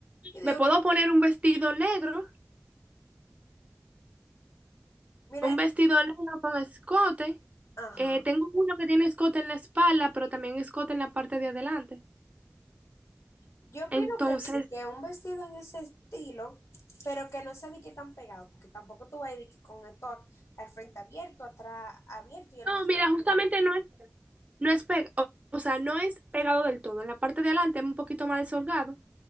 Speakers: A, on the left; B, on the right.
A: Y digo
B: Me puedo
A: que,
B: poner un vestido negro,
A: mira,
B: un vestido negro con escote.
A: ajá.
B: Eh, tengo uno que tiene escote en la espalda, pero también escote en la parte de adelante.
A: Yo opino
B: Entonces,
A: que sí, que un vestido en ese estilo, pero que no se qué tan pegado, porque tampoco tú vas a ir de que con esto a- al frente abierto, atrás abierto y el
B: No,
A: vestido
B: mira, justamente
A: pegado.
B: no es, no es pe- o, o sea, no es pegado del todo. En la parte de adelante es un poquito más desolgado,